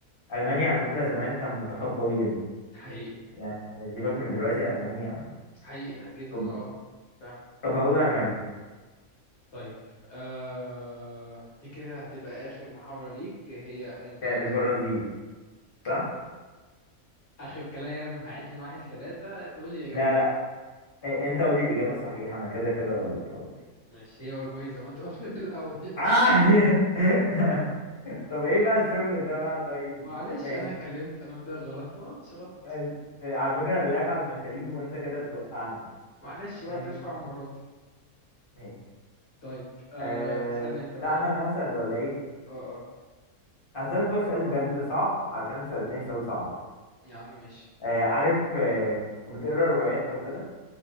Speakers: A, on the left; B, on the left.
A: المانيا
B: أوك.
A: على فكره زمان كان منتخب قوي جدا
B: حقيقي
A: يعني سيبك من دلوقتي المانيا
B: حقيقي جدا
A: طب
B: اه فعلا
A: طب هقول المانيا
B: طيب آه دي كده هتبقى اخر محاولة ليك هي انت
A: يا
B: قلت
A: البرازيل
B: <laughs> ألم.
A: صح
B: اخر كلام هعد من واحد لثلاثة تقول لي الاجابة
A: لا
B: الاخيرة
A: لا إيه، انت قولي الاجابه الصحيحه انا كده كده غلط خلاص
B: ماشي هي أوروجواي زي ما أنت قلت في الأول <laughs>
A: آه <laughs> طب ايه
B: بص
A: بقى الشغل ده بقى طيب
B: معلش
A: ماشي
B: أنا اتكلمت أنا قلت لك غلط أنا ما قلتش غلط
A: أم- على فكرة اللعب على المشاريب وانت كده بتوقعني
B: معلش
A: عشان
B: بقى تدفع المرة دي
A: ماشي
B: طيب أه
A: أه...
B: اسألني أنت
A: لا
B: بقى يلا
A: انا اللي هسأل ولا ايه
B: أه أه
A: هسألك بس سؤال بجد صعب عشان سألتني سؤال صعب
B: يا عم ماشي
A: أه عارف أه... بتقرا روايات او كده